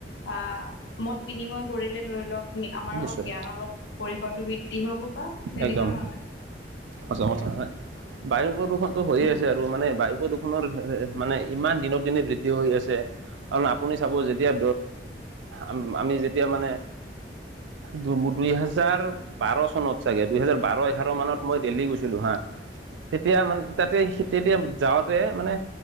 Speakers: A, on the left; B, on the right.
A: আহ মত বিনিময় কৰিলে ধৰি লওক আমাৰো
B: নিশ্চয়
A: জ্ঞান অলপ পৰিসৰটো বৃদ্ধি হ'ব বা তেনেকুৱা
B: একদম
A: ধৰণে
B: সঁচা কথা হয় বায়ু প্ৰদূষণটো হৈয়ে
A: হম
B: আছে আৰু মানে বায়ু প্ৰদূষণ প্ৰদূষণৰ মানে ইমান দিনক দিনে বৃদ্ধি হৈ আছে। কাৰণ আপুনি চাব যেতিয়া অ আমি যেতিয়া মানে দু দুইহেজাৰ বাৰ চনত চাগে দুহেজাৰ বাৰ এঘাৰ মানত মই দিল্লী গৈছিলো হা তেতিয়া মানে তাতে তেতিয়া যাওঁতে মানে